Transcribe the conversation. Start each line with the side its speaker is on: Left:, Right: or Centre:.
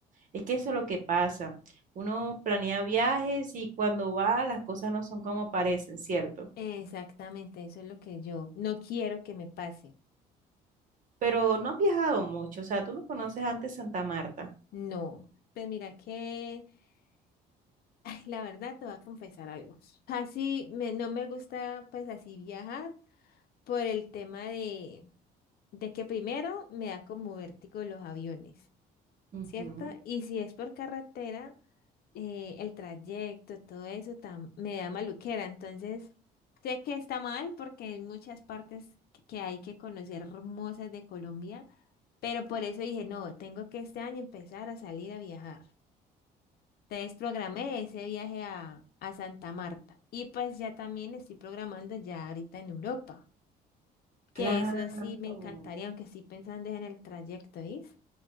Right: Es que eso es lo que pasa. Uno planea viajes y cuando va las cosas no son como parecen, ¿cierto?
Left: Exactamente, eso es lo que yo no quiero que me pase.
Right: Pero no has viajado mucho, o sea, tú no conoces antes Santa Marta.
Left: No. Pues mira que, <laughs> ay, la verdad te voy a confesar algo. Así me, no me gusta pues así viajar por el tema de, de que primero me da como vértigo los aviones.
Right: Ujú.
Left: ¿cierto? Y si es por carretera, eh, el trayecto, todo eso tam- me da maluquera. Entonces, sé que está mal porque hay muchas partes que que hay que conocer hermosas de Colombia, pero por eso dije, no, tengo que este año empezar a salir a viajar. Entonces, programé ese viaje a, a Santa Marta y pues ya también estoy programando ya ahorita en Europa, que
Right: Claro.
Left: eso sí me encantaría, aunque estoy pensando en el trayecto, ¿sí?